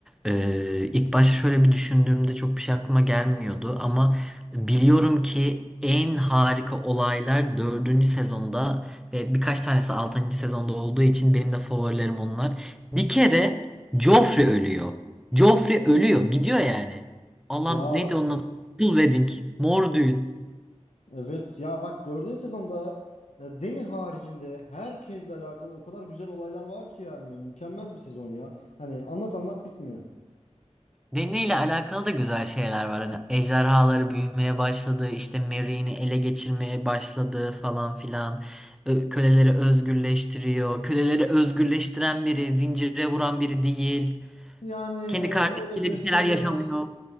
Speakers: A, in the centre; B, on the left (about 80°).
A: e, ilk başta şöyle bir düşündüğümde çok bir şey aklıma gelmiyordu ama biliyorum ki en harika olaylar dördüncü sezonda ve birkaç tanesi altıncı sezonda olduğu için benim de favorilerim onlar. Bir kere Joffrey ölüyor. Joffrey ölüyor gidiyor yani. Allah'ım
B: Ya
A: neydi onun adı? Full Wedding. Mor düğün.
B: evet ya bak dördüncü sezonda e, Dany haricinde herkesle alakalı o kadar güzel olaylar var ki yani mükemmel bir sezon ya. Hani anlat anlat bitmiyor.
A: Deniyle alakalı da güzel şeyler var. Hani ejderhaları büyümeye başladı, işte Merry'ini ele geçirmeye başladı falan filan. Ö- köleleri özgürleştiriyor. Köleleri özgürleştiren biri, zincire vuran biri değil.
B: Yani
A: Kendi kardeşiyle
B: öyle gösteriyor
A: bir şeyler yaşamıyor.